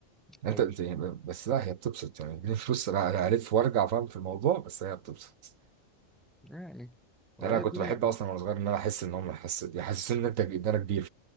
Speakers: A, in the centre; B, on the right (about 80°).
A: طيب
B: انت انت يعني بس لا هي بتبسط يعني <laughs> دي فلوس انا أنا هلف وارجع فاهم في الموضوع بس هي بتبسط
A: يعني والله
B: يعني انا
A: الدنيا
B: كنت بحب اصلا وانا صغير ان انا احس ان هم يحس- يحسسوني ان انت ان انا كبير